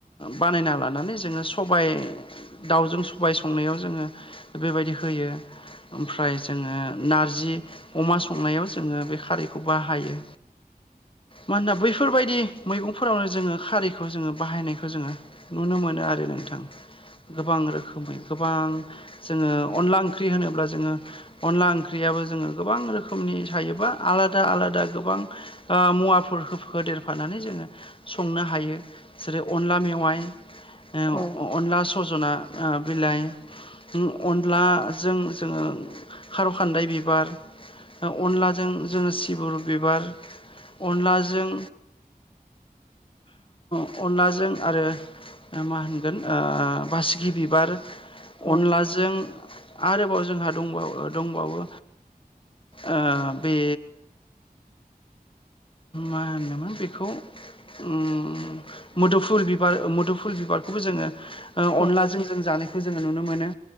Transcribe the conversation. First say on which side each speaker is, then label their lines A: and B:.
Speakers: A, on the left (about 35°); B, on the left (about 15°).
A: बानायना लानानै जोङो सबाय दाउजों सबाय संनायाव जोङो बेबायदि होयो। ओमफ्राय जोङो नारजि अमा संनायाव जोङो बे खारैखौ बाहायो। मानोना बैफोरबायदि मैगंफोरावनो जोङो खारैखौ जोङो बाहायनायखौ जोङो नुनो मोनो आरो नोंथां गोबां रोखोमै गोबां जोङो अनला ओंख्रि होनोब्ला जोङो अनला ओंख्रियाबो जोङो गोबां रोखोमनि थायो बा आलादा आलादा गोबां ओ मुवाफोर होदेरफानानै जोङो संनो हायो। जेरै अनला मेवाइ
B: औ
A: ओ अनला सज'ना बिलाइ अनलाजों जोङो खार' खान्दाय बिबार अनलाजों जोङो सिबुरु बिबार अनलाजों अ अनलाजों आरो मा होनगोन बासिगि बिबार
B: औ
A: अनलाजों आरोबाव जोंहा दंबावो दंबावो ओ बे मा होनोमोन बेखौ उम मोदुफुल बिबार मोदुफुल बिबारखौबो जोङो ओ अनलाजों
B: औ
A: जों जानायखौ जोङो नुनो मोनो।